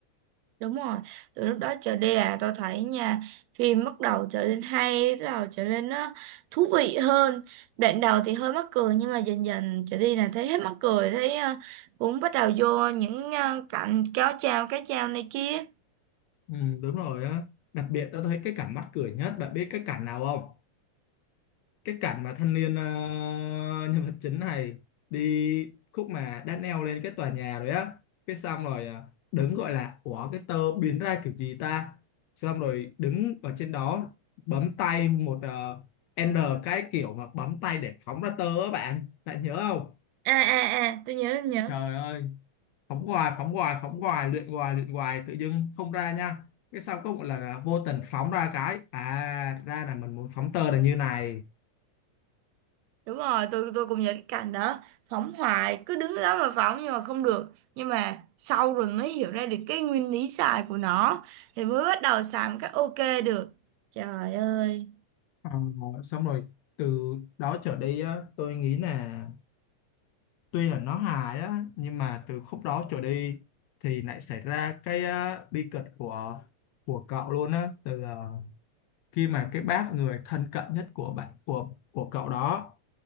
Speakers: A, on the right; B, on the left.
A: Đúng rồi, từ lúc đó trở đi là tôi thấy nha, phim bắt đầu trở nên hay, bắt đầu trở nên nó thú vị hơn. Đoạn đầu thì hơi mắc cười nhưng mà dần dần trở đi là thấy hết mắc cười, thấy ờ, cũng bắt đầu vô những ờ, cảnh kéo chào, cái chào này kia.
B: Ừ, đúng rồi á đặc biệt tao thấy cái cảnh mắc cười nhất bạn biết cái cảnh nào không cái cảnh mà thanh niên ờ, <laughs> nhân vật chính này đi khúc mà đã leo lên cái tòa nhà rồi á cái xong rồi ờ, đứng gọi là ủa cái tơ biến ra kiểu gì ta xong rồi đứng ở trên đó bấm tay một ờ, N cái kiểu mà bấm tay để phóng ra tơ á bạn bạn nhớ không
A: À à à, tôi nhớ tôi nhớ.
B: trời ơi phóng hoài phóng hoài phóng hoài luyện hoài luyện hoài tự dưng không ra nha cái sau có một lần là vô tình phóng ra cái à ra là mình muốn phóng tơ là như này
A: Đúng rồi, tôi tôi cũng nhớ cái cảnh đó, phóng hoài cứ đứng đó mà phóng nhưng mà không được. Nhưng mà sau rồi mới hiểu ra được cái nguyên lý xài của nó thì mới bắt đầu xài một cách ok được. Trời ơi.
B: Ờ, xong rồi từ đó trở đi á tôi nghĩ là tuy là nó hài á nhưng mà từ khúc đó trở đi thì lại xảy ra cái ờ, bi kịch của của cậu luôn á từ ờ, khi mà cái bác người thân cận nhất của bạn của của cậu đó